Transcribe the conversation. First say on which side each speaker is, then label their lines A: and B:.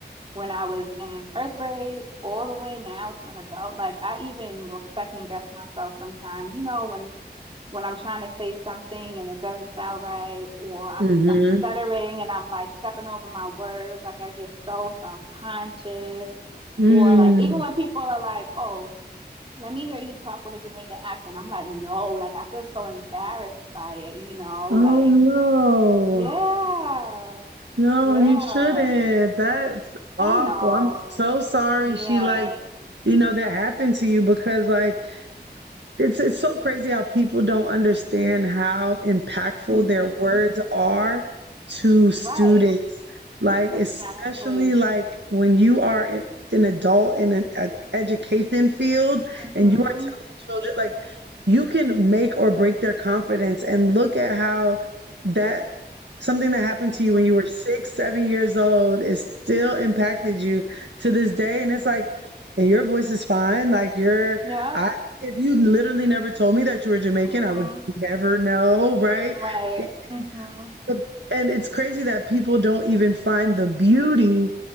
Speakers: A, on the right (about 30°); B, on the right (about 90°).
A: when I was in first grade all the way now to an adult. Like I even will second guess myself sometimes, you know, when when I'm trying to say something and it doesn't sound right, or I'm
B: hmm
A: I'm stuttering and I'm like stepping over my words, like I get so self-conscious,
B: Mm.
A: or like even when people are like, "Oh, let me hear you talk with a Jamaican accent," I'm like, "No," like I feel so embarrassed by it, you know,
B: Oh
A: like
B: no.
A: yeah,
B: No,
A: yeah,
B: he shouldn't. That's awful.
A: and no,
B: I'm so sorry
A: yeah.
B: she like, you know, that happened to you because like It's it's so crazy how people don't understand how impactful
A: Mm-hmm.
B: their words are to students.
A: Right.
B: Like
A: Exactly.
B: especially like when you are in, an adult in an e- education field
A: Mm-hmm.
B: and you are telling children like you can make or break their confidence and look at how that something that happened
A: Mm-hmm.
B: to you when you were six, seven years old is still impacted
A: hmm
B: you to this day. And it's like, and your voice is fine. Like your
A: Yep.
B: if you literally never told me that you were Jamaican,
A: Mm-hmm.
B: I would never know, right?
A: Right.
B: And,
A: Mm-hmm.
B: the- and it's crazy that people don't even find the beauty